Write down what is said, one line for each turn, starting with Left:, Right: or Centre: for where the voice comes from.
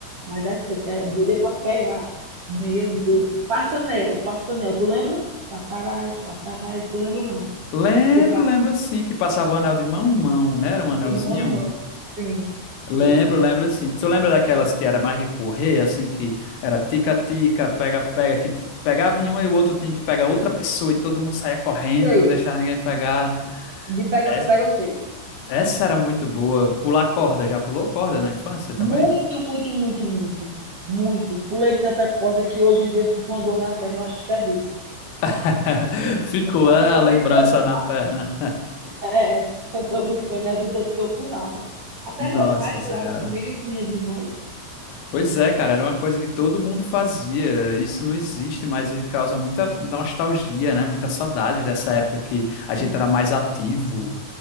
Right: Mas a gente era doida para pegar. Meu Deus. Passanel, Passanel, tu lembra? Passarás, passarás, tu lembra não?
Left: Lembro,
Right: Que
Left: lembro sim, que passava o anel de mão em mão, né? Era um anelzinho.
Right: De mão em mão. Sim.
Left: Lembro,
Right: Eita,
Left: lembro sim. Tu lembra daquelas que era mais de correr, assim, que era tica-tica, pega-pega, que te- pegava em um e o outro tinha que pegar outra pessoa e todo mundo saía correndo,
Right: sei.
Left: não deixava ninguém pegar.
Right: De pega-pega
Left: Es-
Right: eu sei.
Left: Essa era muito boa. Pular corda, já pulou corda na infância também?
Right: Muito, muito, muito, muito. Muito. Pulei tanta corda que hoje em dia eu sinto uma dor na perna, eu acho que é disso.
Left: <laughs> Ficou ah,
Right: Eu tô
Left: a lembrança
Right: brincando. <laughs>
Left: na perna.
Right: É, eu tô brincando, é de tanto que eu pulava. Até
Left: Nossa
Right: meu pai pulava
Left: Senhora.
Right: comigo e com minhas irmãs.
Left: Pois é, cara, era uma coisa que todo mundo fazia. Isso não existe mais e causa muita nostalgia, né? Muita saudade dessa época que a gente
Right: Sim,
Left: era mais ativo.